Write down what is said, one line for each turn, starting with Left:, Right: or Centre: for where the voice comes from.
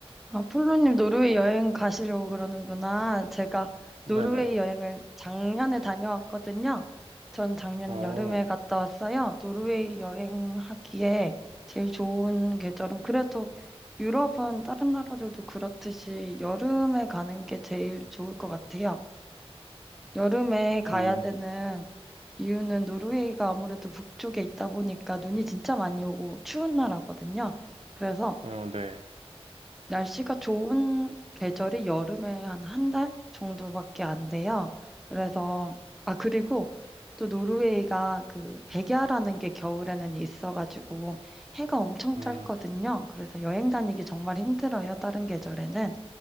Centre: 아, 폴로님 노르웨이 여행 가시려고 그러는구나. 제가
Right: 네네.
Centre: 노르웨이 여행을 작년에 다녀왔거든요. 전 작년
Right: 어,
Centre: 여름에 갔다 왔어요. 노르웨이 여행하기에 제일 좋은 계절은 그래도 유럽은 다른 나라들도 그렇듯이 여름에 가는 게 제일 좋을 것 같아요. 여름에 가야
Right: 음,
Centre: 되는 이유는 노르웨이가 아무래도 북쪽에 있다 보니까 눈이 진짜 많이 오고 추운 나라거든요. 그래서
Right: 어, 네.
Centre: 날씨가 좋은 계절이 여름에 한 한 달 정도밖에 안 돼요. 그래서, 아, 그리고 또 노르웨이가 그 백야라는 게 겨울에는 있어가지고 해가 엄청
Right: 음,
Centre: 짧거든요. 그래서 여행 다니기 정말 힘들어요. 다른 계절에는.